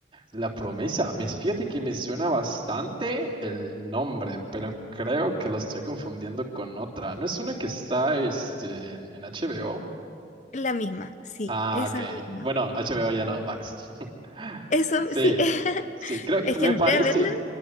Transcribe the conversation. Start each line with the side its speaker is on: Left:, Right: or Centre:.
Right: La promesa. Me fíjate que me suena bastante el nombre, pero creo que lo estoy confundiendo con otra. ¿No es una que está este en, en HBO?
Left: La misma, sí,
Right: Ah,
Left: esa
Right: ok.
Left: misma.
Right: Bueno, HBO ya no, Max. <laughs>
Left: Eso,
Right: Sí,
Left: sí, <laughs>
Right: sí, creo que
Left: es que
Right: me
Left: entré
Right: parece.
Left: a verla